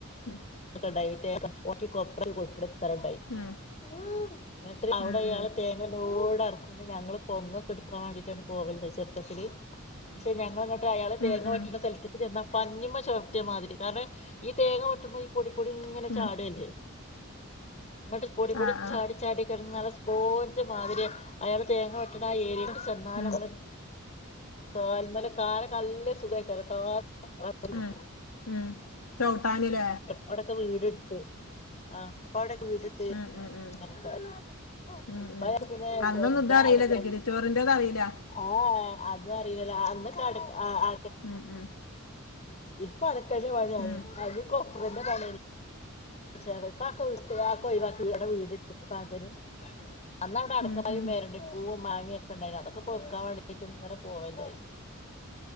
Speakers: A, on the left (about 90°); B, on the left (about 35°).
A: ഉം
B: ക്കെണ്ടയ്നി തേങ്ങക്ക ഒൺ ക്കി കൊപ്രക്ക് കൊട്ക്ക്ണ് സ്ഥലണ്ടായ്
A: ഉം
B: ഊം ന്ന്ട്ട് അവടെയാള്
A: ഉം ഉം
B: തേ ലോടെറക്കും ന്ന്ട് ഞങ്ങള് പൊങ്ങൊക്കെടുക്കാൻ വേണ്ടിട്ടാട്ട് പോവൽ ണ്ടായിനു ചെർപ്പത്തില്. പക്ഷെ ഞങ്ങൾ ന്നിട്ടയാള തേങ്ങ
A: ഉം ഉം
B: വെട്ടണ
A: ഉം
B: സൽത്ത് ട്ട് ചെന്നാ പഞ്ഞിമ്മ ചവിട്ടിയ മാതിരി കാരണം ഈ തേങ്ങ വെട്ടുമ്പോ ഈ പൊടി പൊടി ങ്ങനെ ചാട്അല്ലേ
A: ഉം
B: ങ്ങട്ട് പൊടി പൊടി
A: ആഹ്
B: ച്ചാടി
A: ആഹ്
B: ച്ചാടി കെടന്ന ട സ് പോഞ്ച് മാതിരിയ അയാള് തേങ്ങ വെട്ടണ ആ ഏരിയെകാട്ട് ചെന്നാലമ്മള്
A: ഉം
B: കാല്‌മ്മല് കാലൊക്കല്ല സുഖായി
A: ഉം
B: <unintelligible>
A: ഉം. ചൗട്ടാന്ലേ.
B: അവിടെക്കെ വീടെട്ത്ത് ആഹ് പ്പവിടെക്കെ വീടെട്ത്ത്
A: ഉം ഉം ഉം
B: അങ്ങനെല്ലെ
A: ഉം ഉം
B: പായെക്കെ പിന്നെ എ
A: അന്നൊന്നും
B: ദ
A: ഇതറിയില്ല
B: <unintelligible>
A: ചകിരിച്ചോറിന്റെത് അറിയില്ല
B: ആ ആഹ് അതറീല്ലല്ലൊ അന്ന് കട് ആ ആ
A: ഉം ഉം
B: ഇപ്പതക്കന്റെ പണ്യാണ്
A: ഉം
B: അയില് കൊപ്രന്റെ പണി ചെറ്പാക്ക വിട്ട് ആഒക്ക ഒഴിവാക്കി വേറ വീടെട്ത്ത് <unintelligible> അന്നവിടെ അടക്കപ്പായും
A: ഉം ഉം
B: വേറണ്ട്. പൂവും മാങ്ങൊക്കെ ണ്ടായിന അതൊക്കെ പെറുക്കാ വേണ്ടിട്ട് ങ്ങനെ പോവൽ ണ്ടായിനു